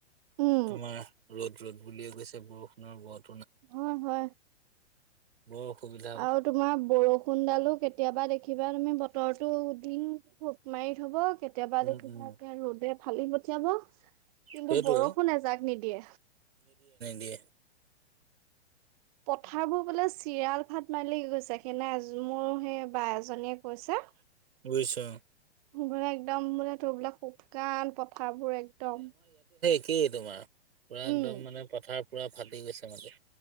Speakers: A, on the right (about 35°); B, on the right (about 60°).
A: উম,
B: তোমাৰ ৰ'দ ৰ'দ বুলিয়ে গৈছে বৰষুণৰ বত
A: হয় হয়
B: বৰ অসুবিধা অ।
A: আৰু তোমাৰ বৰষুণডালো কেতিয়াবা দেখি দেখিবা তুমি বতৰটো দিন ভোক মাৰি থব কেতিয়াবা
B: উম
A: দেখিবা
B: উম।
A: ৰ'দে ফালি পঠিয়াব কিন্তু
B: সেইটোৱে
A: বৰষুণ
B: অ
A: এজাক নিদিয়ে,
B: দিয়ে।
A: পথাৰবোৰ বোলে চিৰাল ভাট মাৰিলে, কি গৈছে সেইদিনা মোৰ সেই বা এজনীয়ে কৈছে
B: বুজিছো অ'।
A: মানে একদম বোলে তোৰ বোলে শুকান পথাৰবোৰ একদম।
B: কি তোমাৰ! পুৰা একদম
A: উম
B: মানে, পথাৰ পুৰা ফাটি গৈছে মানে!